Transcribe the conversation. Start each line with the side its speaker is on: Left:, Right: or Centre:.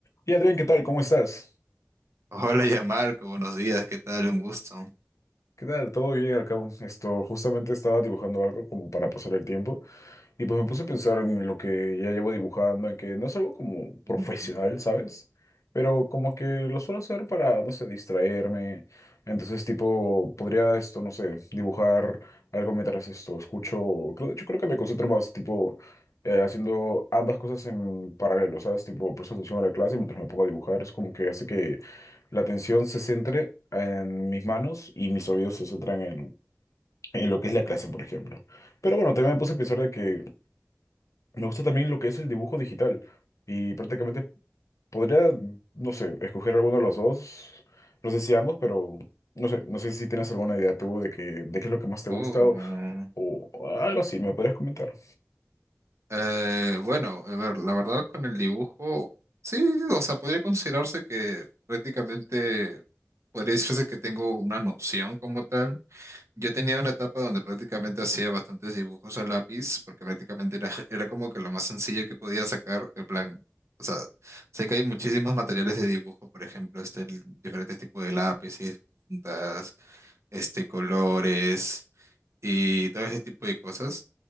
Left: Y Adrián, ¿qué tal? ¿Cómo estás?
Right: Hola, ya Marco, buenos días, ¿qué tal? Un gusto.
Left: ¿Qué tal? ¿Todo bien acá? Esto, justamente estaba dibujando algo como para pasar el tiempo. Y pues me puse a pensar en lo que ya llevo dibujando, en que no es algo como profesional,
Right: Uh,
Left: ¿sabes? Pero como que lo suelo hacer para, no sé, distraerme. Entonces, tipo, podría esto, no sé, dibujar algo mientras esto escucho. Creo, de hecho, creo que me concentro más, tipo, eh, haciendo ambas cosas en paralelo, ¿sabes? Tipo, presto atención a la clase mientras me pongo a dibujar. Es como que hace que la atención se centre en mis manos y mis oídos se centran en, en lo que es la clase, por ejemplo. Pero bueno, también me puse a pensar de que me gusta también lo que es el dibujo digital y prácticamente podría, no sé, escoger alguno de los dos, no sé si ambos, pero no sé, no sé si tienes alguna idea tú de que, de qué es lo que más te gusta
Right: uh.
Left: o, o algo así, me podrías comentar.
Right: Eh, bueno, a ver, la verdad con el dibujo, sí, o sea, podría considerarse que prácticamente, podría decirse que tengo una noción como tal. Yo tenía una etapa donde prácticamente hacía bastantes dibujos a lápiz, porque prácticamente era, <laughs> era como que lo más sencillo que podía sacar, en plan, o sea, sé que hay muchísimos materiales de dibujo, por ejemplo, este, el- diferentes tipos de lápices, puntas. este, colores y todo ese tipo de cosas.